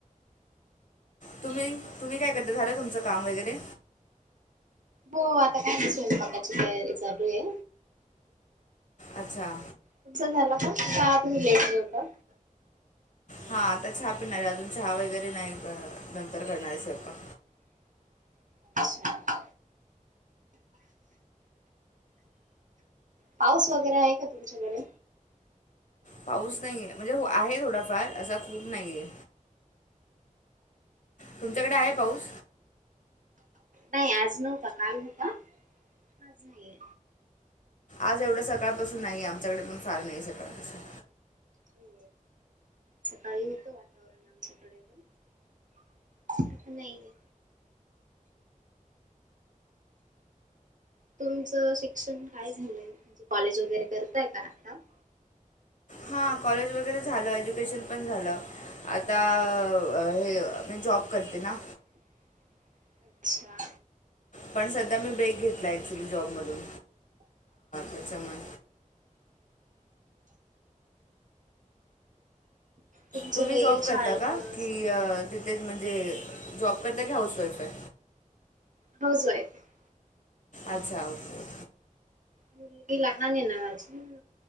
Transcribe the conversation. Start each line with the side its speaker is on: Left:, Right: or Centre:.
Left: तुम्ही तुम्ही काय करता झालं तुमचं काम वगैरे?
Right: हो. आता काय स्वयंपाकाची तयारी चालूये.
Left: अच्छा.
Right: तुमचा झाला का? का तुम्ही लेट जेवता?
Left: हा. आता चहा पिणारे अजून चहा वगैरे नाही नंतर करणारे स्वयंपाक.
Right: <unintelligible> अच्छा पाऊस वगैरे आहे का तुमच्याकडे?
Left: पाऊस नाहीये म्हणजे आहे थोडाफार असा खूप नाहीये. तुमच्याकडे आहे पाऊस?
Right: नाही. आज नव्हता काल होता आज नाहीे.
Left: आज एवढं सकाळपासून नाहीे. आमच्याकडे पण फार नाही सकाळ पासून.
Right: हो. सकाळी होतं वातावरण आमच्याकडे पण. नाहीय. तुमचं शिक्षण काय झालंय म्हणजे कॉलेज वगैरे करताय का आता? <inaudible>
Left: हा कॉलेज वगैरे झालं. एज्युकेशन पण झालं. आता हे म्हणजे जॉ ब करते ना.
Right: <inaudible> अच्छा.
Left: पण सध्या मी ब्रेक घेतला ॲक्च्युली जॉबमधून याच्यामुळे
Right: तुमच्या
Left: तुम्ही
Right: काही
Left: जॉब
Right: शाळेतलं
Left: करता का?
Right: असं
Left: की तिथेच म्हणजे जॉब करता की हाऊस वाईफ हाय?
Right: हाऊस वाईफ आहे
Left: अच्छा ओके ओके.
Right: मुलगी लहान ये ना माझी म्हणून